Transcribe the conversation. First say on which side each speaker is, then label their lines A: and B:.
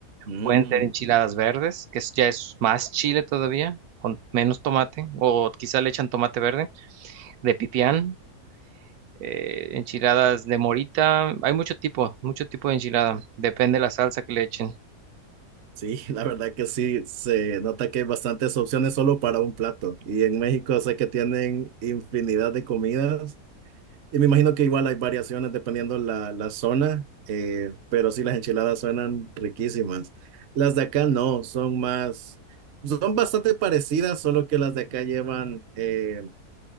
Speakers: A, on the right; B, on the right.
A: Mm,
B: Pueden ser enchiladas verdes, que es- ya es más chile todavía, con menos tomate, o quizá le echan tomate verde de pipián eh, enchiladas de morita. Hay mucho tipo, mucho tipo de enchilada. Depende de la salsa que le echen.
A: Sí, <laughs> la verdad que sí, se nota que hay bastantes opciones solo para un plato. Y en México sé que tienen infinidad de comidas. Y me imagino que igual hay variaciones dependiendo la, la zona, eh, pero sí las enchiladas suenan riquísimas. Las de acá no, son más, son bastante parecidas, solo que las de acá llevan eh,